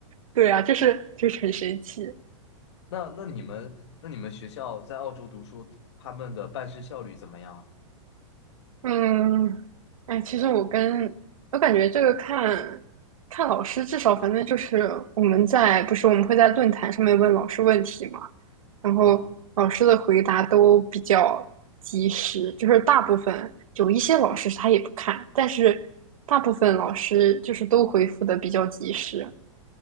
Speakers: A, on the right; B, on the left.
A: 对啊，就是就是很神奇。
B: 那那你们那你们学校在澳洲读书，他们的办事效率怎么样？
A: 嗯，哎，其实我跟我感觉这个看看老师，至少反正就是我们在不是我们会在论坛上面问老师问题嘛，然后老师的回答都比较及时，
B: 嗯
A: 就是大部分有一些老师他也不看，但是大部分老师就是都回复的比较及时。